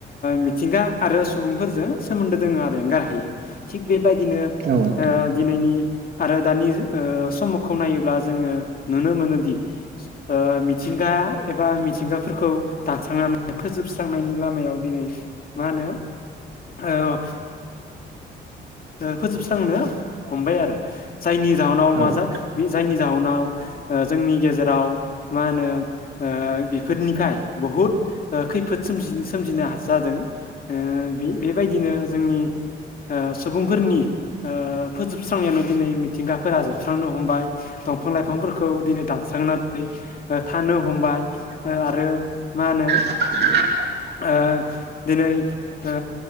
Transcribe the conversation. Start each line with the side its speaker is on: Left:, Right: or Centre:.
Left: मिथिंगा आरो सुबुंफोर <unintelligible> जों सोमोन्दो दोङो आरो एंगार हायि थि बेबायदिनो
Right: औ नोंथां
Left: दिनैनि आरो दानि ओ समखौ नायोब्ला जोङो नुनो मोनोदि ओ मिथिंगा एबा मिथिंगाफोरखौ दानस्रांनानै फोजोबस्रांनायनि लामायाव दिनै मा होनो ओ <unintelligible> ओ फोजोबस्रांनो हमबाय आरो जायनि जाउनाव माजा
Right: औ नोंथां
Left: जायनि जाउनाव जोंनि गेजेराव मा होनो ओ बेफोरनिफ्राय बहुद ओ खैफोद <unintelligible> सोमजिनो <unintelligible> जादों ओ बे बेबायदिनो जोंनि ओ सुबुंफोरनि ओ फोजोबस्रांनायानो दिनै <unintelligible> थिंगाफोरा जोबस्रांनो हमबाय दंफां लाइफांफोरखौ दिनै दानस्रांनानै ओ थानो हमबाय ओ आरो मा होनो
Right: <unintelligible>
Left: ओ दिनै ओ